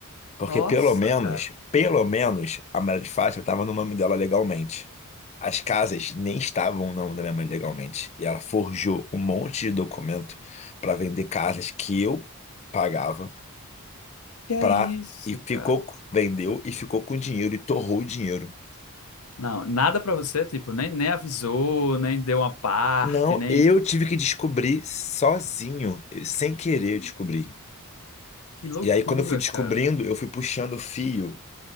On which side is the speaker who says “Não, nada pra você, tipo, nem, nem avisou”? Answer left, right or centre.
Left